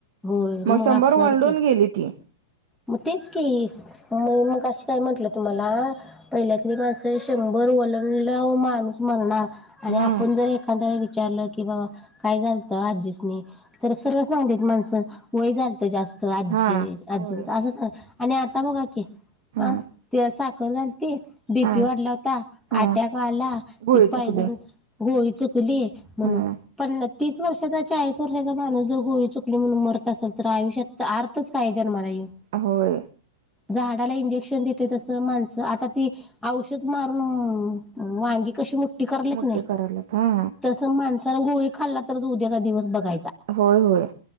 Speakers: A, in the centre; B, on the right.
A: होय
B: मग शंभर
A: असणार
B: वलडुन
A: की
B: गेली ती.
A: मग तेच की म मग काय म्हंटलं तुम्हाला. पहिल्यातली माणसं शंभर वलडल्यावर माणूस मरणार आणि
B: हम्म
A: आपण जर एखाद्या वे''--'' विचारलं की बाबा काय झालतं आजीसनी तर सरळ सांगतात माणसं वय झालतं जास्त अजी
B: हा
A: अजींच
B: होय
A: असंच आहे आणि आता बघा की
B: हा
A: ह ते साखर झालीती बीपी
B: हा
A: वाढला होता
B: हा
A: ॲटक आला
B: गोळी
A: ते पाहिजेलच
B: चुकली
A: गोळी चुकली म्हणून
B: हा
A: पण तीस वर्षाचा चाळीस वर्षाचा माणूस जर गोळी चुकली म्हणून मरत असेल तर आयुष्यात अर्थच काय जन्माला येऊन.
B: होय
A: झाडाला इंजेक्शन देण्यात तसं माणसं आता ती औषध मारून वांगी कशी मु मोठी करालेत
B: मोठी
A: नाही
B: करायल्यात हा
A: तस माणसान गोळी खाल्ला तरच उद्याचा दिवस बघायचा.
B: होय होय